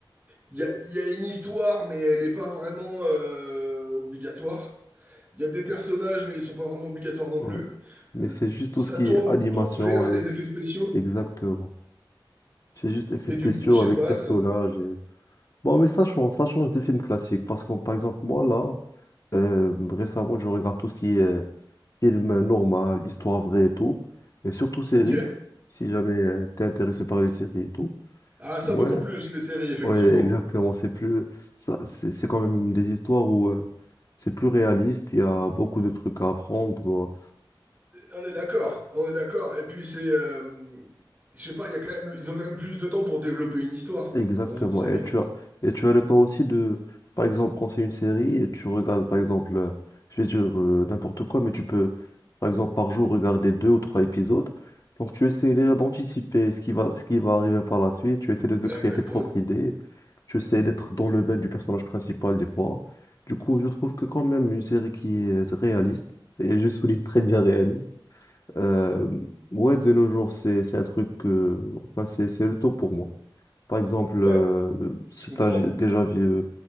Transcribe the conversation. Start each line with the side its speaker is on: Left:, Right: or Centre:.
Right: Il y a, il y a une histoire, mais elle est pas vraiment euh, obligatoire. Il y a des personnages, mais ils sont pas vraiment obligatoires non
Left: Ouais.
Right: plus.
Left: Mais c'est juste tout
Right: Ça
Left: ce qui
Right: tourne
Left: est animation
Right: tout vers
Left: et
Right: les effets spéciaux.
Left: exactement. C'est juste effets
Right: Et
Left: spéciaux
Right: du coup, je sais
Left: avec
Right: pas,
Left: personnages.
Right: ça...
Left: et- Bon, mais ça change, ça change des films classiques. Parce que, par exemple, moi, là, euh, récemment, je regarde tout ce qui est euh, film normal, histoire vraie et tout. Et surtout séries,
Right: Ok.
Left: si jamais euh, t'es intéressé par les séries et tout.
Right: Ah, ça
Left: Ouais,
Right: beaucoup plus, les séries, effectivement.
Left: ouais, exactement. C'est plus, ça, c'est c'est quand même des histoires où euh, c'est plus réaliste. Il y a beaucoup de trucs à apprendre.
Right: On est d'accord, on est d'accord. Et puis c'est, euh, je sais pas, il y a quand même, ils ont quand même plus de temps pour développer une histoire
Left: Exactement.
Right: dans une série.
Left: Et tu as, et tu as le temps aussi de, par exemple, quand c'est une série, et tu regardes, par exemple, euh, je vais dire euh, n'importe quoi, mais tu peux, par exemple, par jour, regarder deux ou trois épisodes. Donc, tu essaies déjà d'anticiper ce qui va, ce qui va arriver par la suite. Tu essaies de, de
Right: Exactement.
Left: créer tes propres idées. Tu essaies d'être dans le bain du personnage principal des fois. Du coup, je trouve que quand même une série qui est réaliste, et je souligne très bien réaliste, euh, ouais, de nos jours, c'est, c'est un truc que, enfin, c'est, c'est le top pour moi. Par exemple,
Right: Ouais,
Left: euh, si
Right: je comprends.
Left: tu as déjà vu, euh,